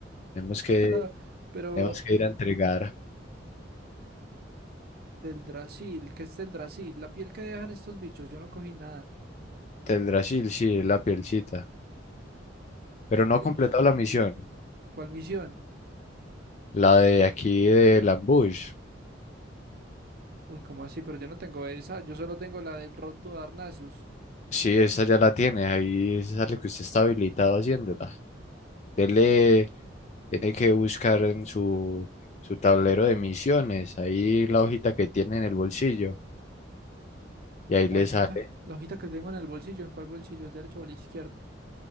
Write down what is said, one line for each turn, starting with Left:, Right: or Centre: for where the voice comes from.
Left: Tenemos que,
Right: Ah, Pero
Left: tenemos que ir a entregar
Right: Brasil, ¿qué es Brasil? La piel que dejan estos bichos, yo no cogí nada.
Left: Teldrassil, sí, la pielcita. Pero
Right: La piel,
Left: no ha completado
Right: sí.
Left: la misión.
Right: ¿Cuál misión?
Left: La de aquí del ambush.
Right: Uy, ¿cómo así? Pero yo no tengo esa, yo solo tengo la del Roto de Arnasus.
Left: Sí, esa ya la tiene. Ahí sale que usted está habilitado haciéndola. Dele, tiene que buscar en su, su tablero de misiones. Ahí la hojita que tiene en el bolsillo. Y ahí
Right: La
Left: le
Right: hojita,
Left: sale
Right: la hojita que tengo en el bolsillo, ¿en cuál bolsillo? ¿El derecho o el izquierdo?